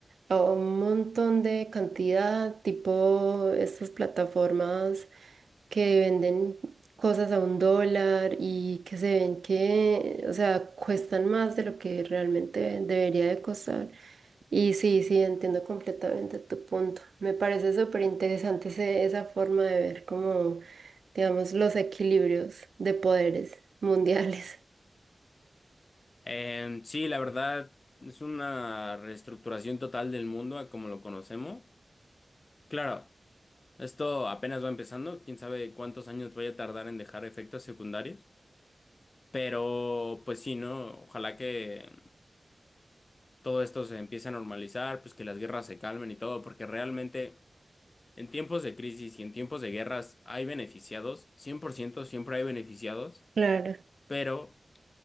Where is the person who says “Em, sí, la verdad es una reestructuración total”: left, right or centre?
Left